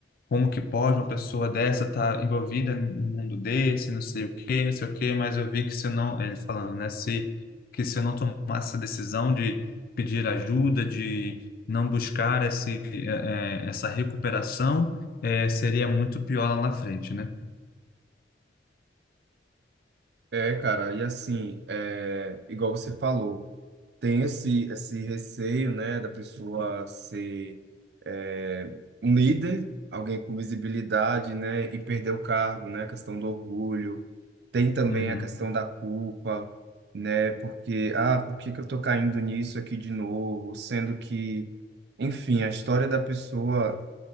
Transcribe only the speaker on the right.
É, cara, e assim, é, igual você falou. tem esse, esse receio, né, da pessoa ser é, um líder, alguém com visibilidade, né, e perder o cargo, né, a questão do orgulho. Tem também
a questão da culpa, né, porque, ah, por que que eu tô caindo nisso aqui de novo? Sendo que, enfim, a história da pessoa